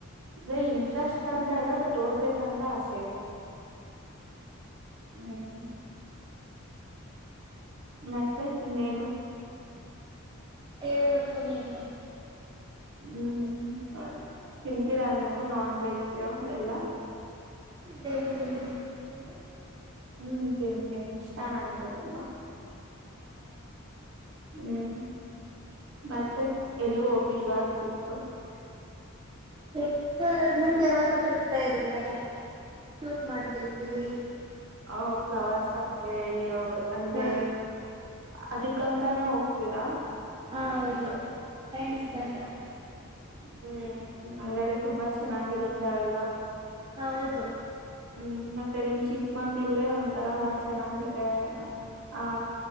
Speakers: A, on the right; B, on the right.
A: ಅೆ ಇಂಟ್ರೆಸ್ಟ್ ಂತ ಇಲ್ಲ ಬಟ್ ಓದ್ಬೇಕಂತ ಆಸೆ ಇದೆ ಹ್ಮ್ ಮತ್ತೆ ಇನ್ನೇನು
B: ಹೇಳ್ಬೇಕು ನೀವವೆ
A: ಹ್ಮ್ ತಿಂತೀರಾ ನೀವು ನಾನ್ ವೆಜ್ ಎಲ್ಲ
B: ಹ್ಮ್ೇಟು ನೀವು
A: ಹ್ಮ್ ತಿನ್ತೀನಿ ಇಷ್ಟ ನನ್ಗೆ ತುಂಬಾ
B: ಹೌದಾ
A: ಹ್ಮ್ ಮತ್ತೆ ಎಲ್ಲೂ ಹೋಗಿಲ್ವಾ ಆಗ್ತಿತ್ತುತ್ತು
B: ಟ್ರಿಪ್ ಮ್ಯಮ್್ದು ಯಾವಾಗೂ ಟ್ರಿಪ್ಪೇ ಇರುತ್ತಲ್ಲ ಶೂಟ್ ಮಾಡ್ತಿರ್ತೀವಿ
A: ಅ ಪ್ರವಾಸಕ್ಕೆ ಅಂದ್ರೆ
B: ಹಾ
A: ಅದಕ್ಕಂತಾನೇ ಹೋಗ್ತೀರಾ
B: ಹ ಹೌದು ಫ್ರೆಂಡ್ಸ್
A: ಹ್ಮ
B: ಜೊತೆ ಹೋಗ್ತೀವಿ
A: ಹ್ಮ್ ಹಂಗಾರೆ ತುಂಬಾ ಚೆನ್ನಾಗಿರುತ್ತೆ ಅಲ್ವಾ
B: ಹೌದು
A: ಹ್ಮ್ ಮತ್ತೆ ನಿಮ್ ಚಿಕ್ಕಮಂಗ್ಳೂರ ಒಂಂತರ ಚೆನ್ನಾಗಿದೆ ಆ